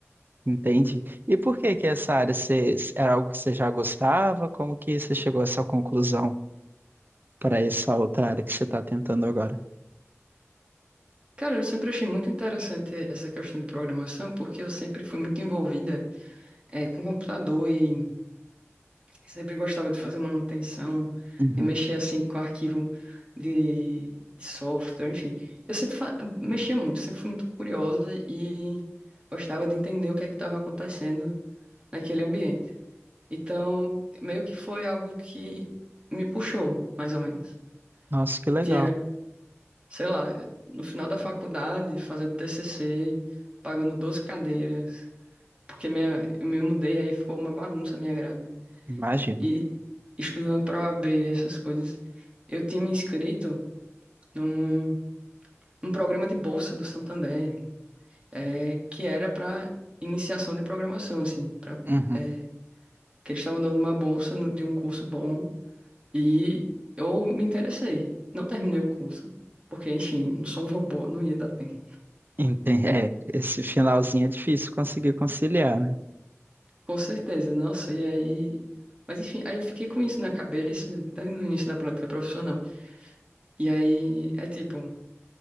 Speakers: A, on the right; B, on the right.
A: Entendi. E por que que essa área você, era algo que você já gostava? Como que você chegou a essa conclusão para essa outra área que você está tentando agora?
B: Cara, eu sempre achei muito interessante essa questão de programação, porque eu sempre fui muito envolvida é, com computador e sempre gostava de fazer manutenção,
A: Uhum.
B: de mexer assim com arquivo de, de software, enfim. Eu sempre fa- mexia muito, sempre fui muito curiosa e gostava de entender o que é que estava acontecendo naquele ambiente. Então, meio que foi algo que me puxou, mais ou menos.
A: Nossa, que legal.
B: Tinha, sei lá, no final da faculdade, fazendo TCC, pagando 12 cadeiras, porque minha, eu me mudei, aí ficou uma bagunça a minha grade.
A: Imagino.
B: e estudando para o OAB, essas coisas, eu tinha me inscrito num, num programa de bolsa do Santander, é, que era para iniciação de programação, assim, pra,
A: Uhum.
B: é, que eles estavam dando uma bolsa no- de um curso bom e eu me interessei. Não terminei o curso, porque, enfim, não sou um robô, não ia dar tempo.
A: Entendi. É, esse finalzinho é difícil conseguir conciliar, né?
B: Com certeza, nossa, e aí. Mas enfim, aí eu fiquei com isso na cabeça, até no início da prática profissional. E aí é tipo,